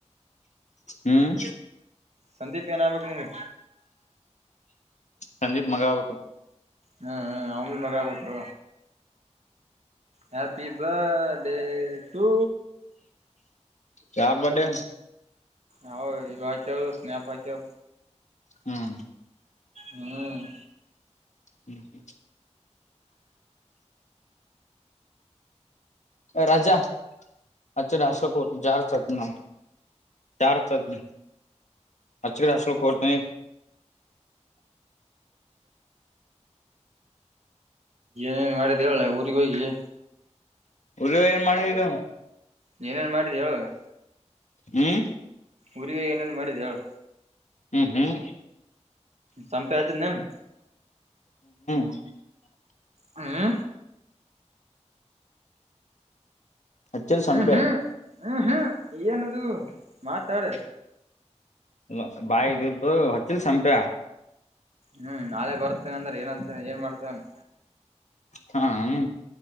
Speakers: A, on the left; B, on the right.
A: ಹ್ಮ್
B: ಸಂದೀಪ್ ಏನಾಗ್ಬೇಕುಗೆ
A: ಸಜೀಪ್ ಮಗಾಭಕ
B: ಹ್ಮ ಅವನ್ ಮಗ ಆಗ್ಬೇಕು ಹ್ಯಾಪಿ ಬರ್ಡೇಟು
A: ಯಾರ ಬಡೆ
B: ಹೌ ಯ ಕೆವದು ಸ್ನೇಹಪಾಯ ಕೆ
A: ಹ್ಮ್
B: ಹ್ಮ್
A: ಹ್ಮ್ ಹ್ಮ್ ರಾಜಾ ಅಚ ಅಶೋಕ ಜಾರ್ ಸತ್ನಮ ಚಾರ್ ಚದನ ಅಚ ಅಷ್ಟಲ್ಖರ್ತನೆ
B: ನ ಮಾಡ ತವ ಪಊರಿ ಕ
A: ಉರಿವ ಏನ್ ಮಾಡುವ ಈಗ
B: ನೀಏನೇನು ಮಾಡಿದ್ದು ಹೇಳುದು
A: ಹ್ಮ್
B: ಹುರಿರಿಗೆ ಏನೇನು ಮಾಡಿದೆ ಹೇಳು
A: ಹ್ಮ್ ಹ್ಮ್
B: ಸಂಪೆ ಹಚ ನನು
A: <unintelligible>
B: ಹ್ಮ
A: ಅಚ್ಚರಿ ಸಂಪ
B: ಹ್ಮ್ ಹ್ಮ್ ಹ್ಮ್ ಹ್ಮ್ ಏನದು ಮಾತಾಡ
A: ಇ ಬಾಯ ಇದ ಹೊತ್ತಿಲ್ಲ ಸಂಪ್ಯ
B: ಹ್ಮ್ ನಾಳೆ ಬರ್ತೇನೆ ಅಂದ್ರೆ ಏನಂತ ಏನ್ ಮಾಡ್ತೇವನ್
A: ಹಾ ಹ